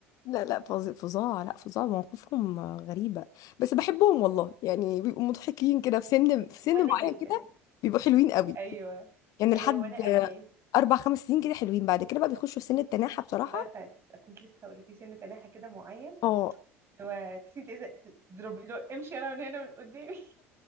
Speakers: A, on the left (about 55°); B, on the right (about 40°).
A: لا لا فظ- فظاع لا فظاع مواقفهم غريبة بس بحبهم والله يعني بيبقوا مضحكين كده في سن في سن
B: وانا
A: معين
B: جدا
A: كده بيبقوا حلوين قوي
B: ايوه
A: يعني ايوه
B: ايوه
A: لحد
B: وانا قوي
A: أيوة.
B: يعني
A: أربع خمس سنين كده حلوين بعد كده بقى بيخشوا في سن التناحة بصراحة
B: ده تعرف- كنت لسه هقول لك في سن تناحه كده معين
A: اه
B: اللي هو تحسي انت عايزه تضربي لو امشي انا من هنا من قدامي